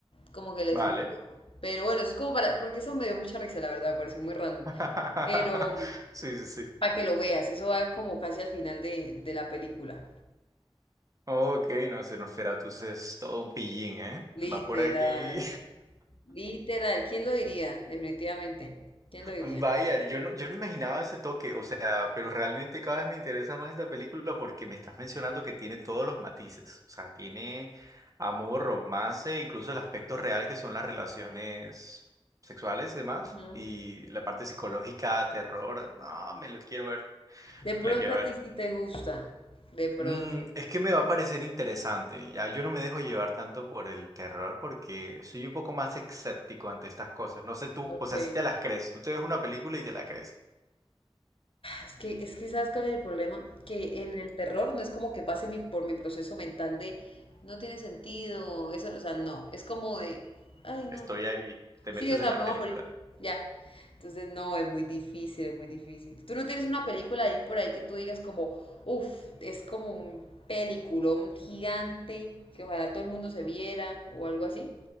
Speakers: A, on the left; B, on the right.
A: como que le
B: vale.
A: fluyó. Pero bueno, es como para, porque eso me dio mucha risa, la verdad, me pareció muy random.
B: <laughs>
A: Pero
B: Sí, sí, sí.
A: para que lo veas, eso va como casi al final de, de la película.
B: Ok, no, Nosferatus es todo un pillín, ¿eh?
A: Literal,
B: Va por ahí.
A: literal, ¿quién lo diría? Definitivamente, ¿quién lo diría?
B: Vaya, yo no, yo no imaginaba ese toque, o sea, pero realmente cada vez me interesa más esta película porque me estás mencionando que tiene todos los matices, o sea, tiene amor, romance, incluso el aspecto real que son las relaciones sexuales y demás,
A: Ujú.
B: y la parte psicológica, terror, no, me lo quiero ver,
A: De pronto
B: la quiero
A: a
B: ver.
A: ti sí te gusta. De pronto.
B: Mm, es que me va a parecer interesante, ya yo no me dejo llevar tanto por el terror porque soy un poco más escéptico ante estas cosas, no sé tú,
A: Ok.
B: o sea, si te las crees, tú te ves una película y te la crees.
A: Es que, es que ¿sabes cuál es el problema? Que en el terror no es como que pase mi, por mi proceso mental de no tiene sentido, eso, o sea, no. Es como de, ay, no.
B: Estoy ahí, te
A: Sí,
B: metes
A: o sea,
B: en la
A: me
B: película.
A: voy a morir. Ya. Entonces, no, es muy difícil, es muy difícil. ¿Tú no tienes una película ahí por ahí que tú digas como, uff, es como un peliculón gigante que ojalá todo el mundo se viera o algo así?